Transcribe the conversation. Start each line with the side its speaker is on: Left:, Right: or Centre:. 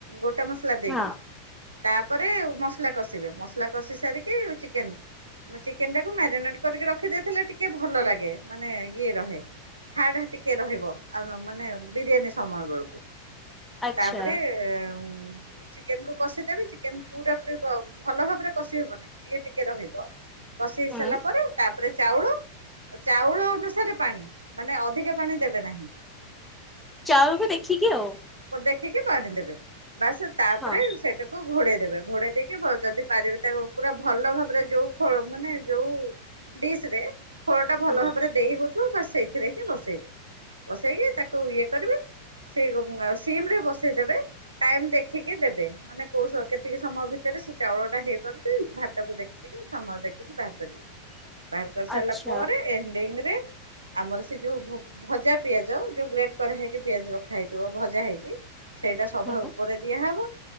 Right: ଗୋଟା ମସଲା ଦେଇକି
Centre: ହଁ
Right: ତାପରେ ମସଲା କଷିବେ ମସଲା କଷି ସାରିକି ଚିକେନ ମା ଚିକେନ୍ ଟାକୁ ମାରିନେଟ୍ କରିକି ରଖିଦେଇଥିଲେ ଟିକେ ଭଲ ଲାଗେ ମାନେ ଇଏ ରହେ। ହାଡ ଟିକେ ରହିବ ଆଉ ମାନେ ବିରିୟାନୀ ସମୟ ବେଳକୁ।
Centre: ଆଚ୍ଛା
Right: ତାପରେ ଉ ଚିକେନ୍ କୁ କଷିଦେବେ ଚିକେନ୍ ପୁରା ପରି ଭଲ ଭାବରେ କଷି ହବନି ଇଏ ଟିକେ ରହିବ। କଷି ହେଇ
Centre: ହୁଁ
Right: ସାରିଲା ପରେ ତାପରେ ଚାଉଳ ଚାଉଳ ଅନୁସାରେ ପାଣି ମାନେ ଅଧିକ ପାଣି ଦେବେ ନାହିଁ।
Centre: ଚାଉଳକୁ ଦେଖିକି ଆଉ।
Right: ବ ଦେଖିକି ପାଣି ଦେବେ ବାସ୍ ତାପରେ
Centre: ହଁ
Right: ସେଇଟା ଘୋଡେଇ ଦେବେ ଘୋଡେଇ ଦେଇକି ଯଦି ପାରିବେ ତାକୁ ପୁରା ଭଲ ଭାବରେ ଯୋଉ ଖୋଳ ମାନେ ଯୋଉ ଡିସ୍ ରେ ଖୋଳ ଟା ଭଲ
Centre: ହୁଁ
Right: ଭାବରେ ଦେଇ ହଉଥିବ ବା ସେଇଥିରେ ହିଁ ବସେଇବେ। ବସେଇକି ତାକୁ ଇଏ କରିବେ ସେ ସିମ୍ ରେ ବସେଇଦବେ। ଟାଇମ୍ ଦେଖିକି ଦେବେ ମାନେ କୋଉ କେତିକି ସମୟ ଭିତରେ ସେ ଚାଉଳ ଟା ହେଇପାରୁଛି ଭାତକୁ ଦେଖିକି। ଉ ସମୟ ଦେଖିକି ବାହାର କରିବେ ବାହାର କରି ସାରିଲା
Centre: ଆଚ୍ଛା
Right: ପରେ ଏଣ୍ଡିଂରେ ଆମର ସେଇ ଯୋଉଁ ଭଜା ପିଆଜ ଯେଉଁ ଗ୍ରେଟ୍ କରା ହେଇକି ପିଆଜ ରଖା ହେଇଇଥିବ ଭଜା ହେଇକି ସେଇଟା ସଭା
Centre: ହୁଁ
Right: ଉପରେ ଦିଆହବ।